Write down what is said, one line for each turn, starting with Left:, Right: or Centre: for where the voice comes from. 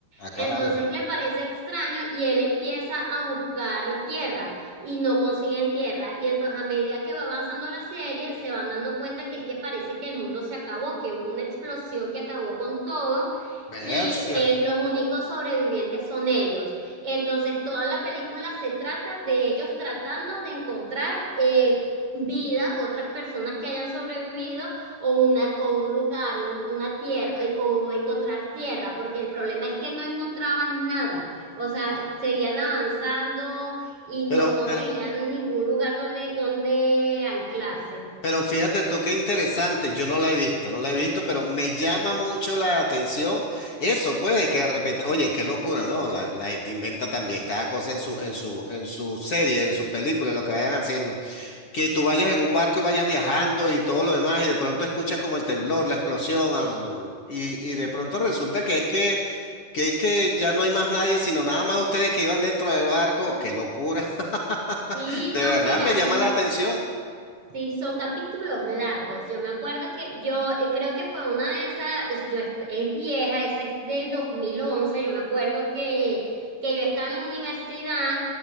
Left: A
Right: Entonces
Left: caramba.
Right: le parece extraño y él empieza a buscar tierra y no consiguen tierra. Y entonces a medida que va avanzando la serie, se van dando cuenta que es que parece que el mundo se acabó, que hubo una explosión que acabó con todo.
Left: Versia.
Right: Y eh, los únicos sobrevivientes son ellos. Entonces, toda la película se trata de ellos tratando de encontrar eh, vida, otras personas que hayan sobrevivido o, una, o un lugar, un- una tierra, eh, o encontrar tierra, porque el problema es que no encontraban nada, o sea, seguían avanzando y
Left: Pero,
Right: no conseguían
Left: pero,
Right: ningún lugar donde, donde anclarse.
Left: pero fíjate tú qué interesante. Yo no la he visto, no la he visto, pero me llama mucho la atención. Eso puede que de repente, oye, qué locura, ¿no? La, la gente inventa también cada cosa en su, en su, en su serie, en sus películas, lo que vayan haciendo. que tú vayas en un barco y vayas viajando y todo lo demás, y de pronto escuchas como el temblor, la explosión, ar- y, y de pronto resulta que es que, que es que ya no hay más nadie, sino nada más ustedes que iban dentro del barco.
Right: <laughs>
Left: ¡Qué locura! <laughs>
Right: Sí,
Left: De
Right: no,
Left: verdad
Right: mira,
Left: me llama
Right: la,
Left: la atención.
Right: Sí, son capítulos largos. Yo me acuerdo que yo eh, creo que fue una de esas, yo est- es vieja, esa es del 2011. Yo me acuerdo que, que yo estaba en la universidad